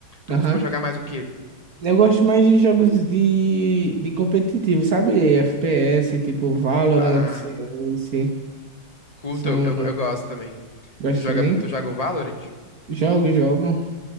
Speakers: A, on the left (about 20°); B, on the right (about 50°).
A: Tu
B: Aham.
A: costuma jogar mais o quê?
B: Eu gosto mais de jogos de, de competitivo, sabe? FPS, tipo Valorant,
A: Ah,
B: CS.
A: curto,
B: São.
A: eu, eu, eu gosto também.
B: Gosto
A: Tu joga,
B: também?
A: tu joga o Valorant?
B: Jogo, jogo.